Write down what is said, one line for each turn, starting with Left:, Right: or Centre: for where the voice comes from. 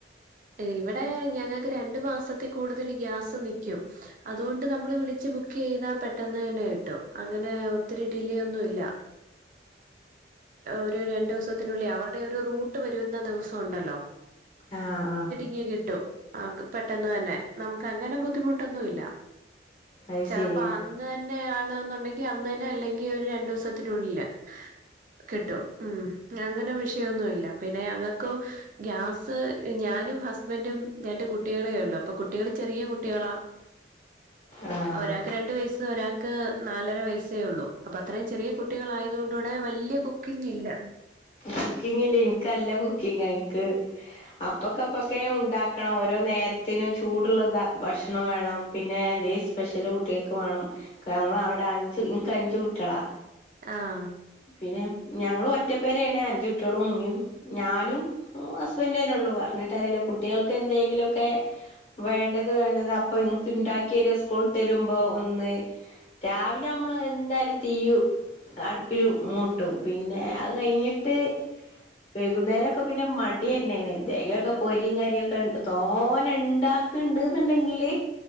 Right: ഇവിടെ ഞങ്ങൾക്ക് രണ്ടു മാസത്തിൽ കൂടുതൽ ഗ്യാസ് നൽക്കും അതുകൊണ്ട് നമ്മള് വിളിച്ച് ബുക്ക് ചെയ്താ പെട്ടെന്ന് തന്നെ കിട്ടും അങ്ങനെ ഒത്തിരി ഡിലേ ഒന്നും ഇല്ല ഒരു രണ്ടു ദിവസത്തിനുള്ളിൽ അവരുടെ ഒരു റൂട്ട് വരുന്ന ദിവസം ഉണ്ടല്ലോ
Left: ആഹ ആഹ
Right: ഭ കിട്ടും പെട്ടെന്ന് തന്നെ നമുക്ക് അങ്ങനെ ബുദ്ധിമുട്ടൊന്നുമല്ല
Left: അത്
Right: ചലപ്പ
Left: ശരിയാ
Right: അ ന്ന് തന്നെയ ആണെന്നുണ്ടെങ്കിൽ അന്ന് തന്നെ അല്ലെങ്കിൽ ഒരു രണ്ടു ദിവസത്തിനുള്ളില് കിട്ടും ഉം അങ്ങനെ വിഷയമൊന്നുമല്ല പിന്നെ ഞങ്ങൾക്ക് ഗ്യാസ് ഞാനും ഹസ്ബൻറും ഞന്റെ കുട്ടികളേ ഉള്ളു അപ്പ കുട്ടികൾ ചെറിയട്ട കുട്ടികളാ
Left: ആഹ്
Right: ഒരാൾക്ക് രണ്ട് വയസ് ഒരാൾക്ക് നാലര വയസ്സേ ഉള്ളൂ അപ്പൊ അത്രയും ചെറിയ കുട്ടികൾയതുക കൊണ്ട് ഇവിടെ വലിയ കുക്കിംഗ ഇല്ല
Left: കുക്കിങ്ങിൽ എനക്ക്ല്ല കുക്കിങ്ങ എനിക്ക് അപ്പൊക്കെ അപ്പൊക്കെ ഉണ്ടാക്കണം ഓരോ നേരത്തിനും ചൂടുള്ളതാ ഭക്ഷണം വേണം പിന്നെ എന്ത സ്പെഷ്യല് കുട്ടികക്ക് വേണം ഞങ്ങൾ അവിടെ അഞ്ച് ഇനിക്ക് അഞ്ചു കുട്ടികളാ
Right: ആഹ്
Left: പിന്നെ ഞങ്ങളും ഒറ്റ പേരണേ അഞ്ച കുട്ടികളും ഉമ്മയും ഞാനും ഹസ്ബൻഡേന്നെ ഉള്ളു പറഞ്ഞിട്ട് അറിയില്ലേ കുട്ടികൾക്ക് എന്തെങ്കിലുംക്കെ വേണ്ടത് വേണ്ടത് അപ്പൊ എനിക്ക് ഉണ്ടാക്കി വരി സ്കൂൾ തരുമ്പോ ഒന്ന് രാവിലെ നമ്മള് എന്തായാലും തീ അടുപ്പിൽങ്ങൂട്ടും പിന്നെ അത് കഴിഞ്ഞിട്ട് വൈകുന്നേരംക്കെ പിന്നെ മടി തന്നെയാണ് എന്തങ്കിലൊക്കെ പൊരിയും കാര്യൊക്കെ തോന ഉണ്ടാക്കണ്ട് എന്നുണ്ടെങ്കില്